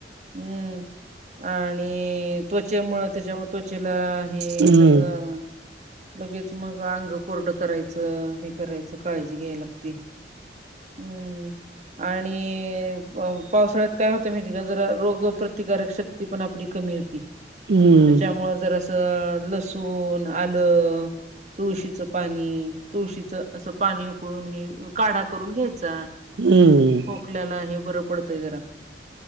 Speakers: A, on the right (about 40°); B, on the right (about 75°).
A: हम्म, आणि त्वचेमुळ त्याच्यामु त्वचेला हे
B: हम्म
A: सगळं लगेच मग अंग कोरडं करायचं हे करायचं काळजी घ्याय लागती. हम्म, आणि पावसाळ्यात काय होतं माहिती आहे का जरा रोगप्रतिकारक शक्ती ती पण आपली कमी होती.
B: हम्म
A: त्याच्यामुळ जरासं लसूण आलं, तुळशीच पाणी तुळशीच असं पाणी उकळून हे काढा करून घ्यायचा.
B: हम्म.
A: खोकल्याला हे बरं पडतंय जरा.